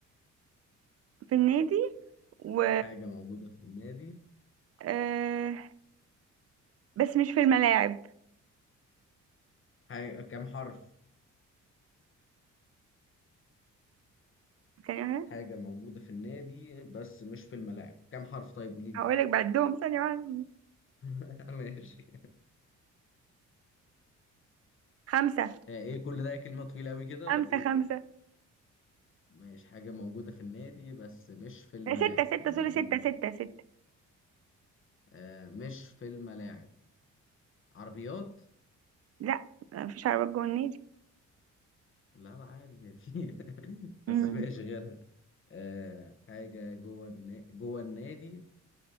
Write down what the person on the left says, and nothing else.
حاجة موجودة في النادي
حاجة كام حرف
حاجة موجودة في النادي بس مش في الملاعب كام حرف طيب قولي لي
<laughs> ماشي
آه، ايه كل ده كلمة طويلة قوي كده
ولا ايه
مش حاجة موجودة في النادي بس مش في الملاعب
يعني
مش جوه
الملعب.
آه مش في الملاعب عربيات
لا لا عادي في <laughs>
بس مش غيرها آه حاجة جوه النا... جوه النادي